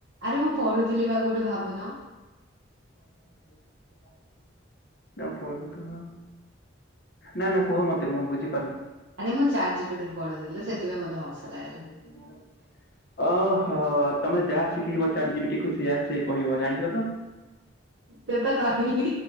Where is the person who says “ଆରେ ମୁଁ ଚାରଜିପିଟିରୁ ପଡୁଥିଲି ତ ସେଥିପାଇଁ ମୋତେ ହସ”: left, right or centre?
Right